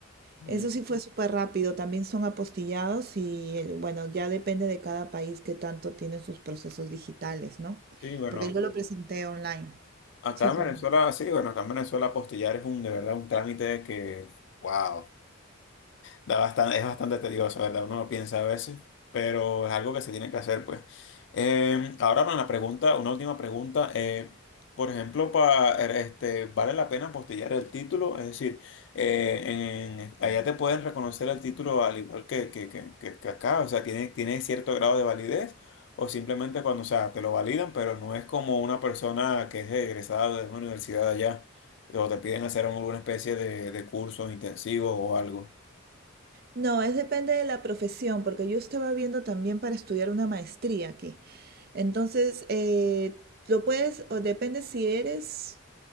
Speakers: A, on the left; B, on the right.
A: Mm,
B: Eso sí fue súper rápido, también son apostillados y el- bueno, ya depende de cada país que tanto tiene sus procesos digitales, ¿no?
A: Sí, bueno,
B: Porque yo lo Ujú. presenté online.
A: Acá
B: Sí,
A: en
B: perdón.
A: Venezuela, sí, bueno, acá en Venezuela apostillar es un, de verdad, un trámite que, wow da bastan- es bastante tedioso, ¿verdad? Uno lo piensa a veces, pero es algo que se tiene que hacer, pues. Eh, ahora para la pregunta, una última pregunta. eh, por ejemplo, para, este, ¿vale la pena apostillar el título? Es decir, eh, en- allá te pueden reconocer el título al igual que, que, que, que- que acá, o sea, tiene, tiene cierto grado de validez. O simplemente cuando, o sea, te lo validan, pero no es como una persona que es egresada de una universidad allá, o te piden hacer alguna especie de, de curso intensivo o algo.
B: No, es depende de la profesión, porque yo estaba viendo también para estudiar una maestría aquí. Entonces, eh, lo puedes, o depende si eres